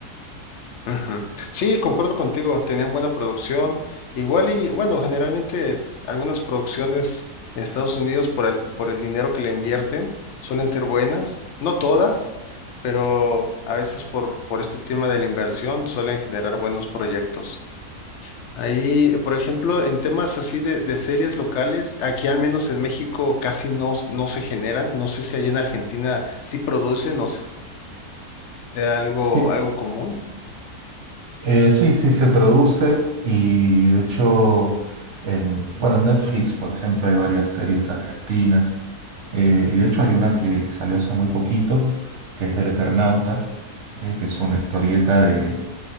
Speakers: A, on the left; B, on the right.
A: Ujú. Sí, concuerdo contigo, tenían buena producción. Igual y bueno, generalmente algunas producciones en Estados Unidos por el, por el dinero que le invierten suelen ser buenas, no todas, pero a veces por, por este tema de la inversión suelen generar buenos proyectos. Ahí, por ejemplo, en temas así de, de series locales, aquí al menos en México casi no, no se generan. No sé si allá en Argentina sí producen o sea algo,
B: Sí,
A: algo común.
B: Eh, sí, sí se produce y de hecho en, bueno, en Netflix, por ejemplo, hay varias series argentinas eh, y de hecho hay una que, que salió hace muy poquito, que es del Eternauta, eh, que es una historieta de,